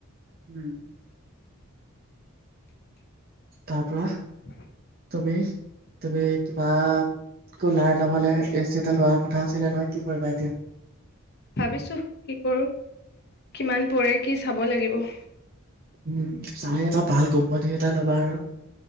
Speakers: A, on the right (about 45°); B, on the left (about 50°).
A: উম। তাপা
B: <inaudible>
A: তুমি, তুমি কিবা- কোলাৰ নহলে এ চি এটা লোৱাৰ কথা আছিলে নহয় কি কৰিবা এতিয়া?
B: ভাবিছোহ কি কৰো কিমান পৰে কি চাব লাগিব?
A: উম চাই এটা ভাল কোম্পানী এটা ল'বা আৰু।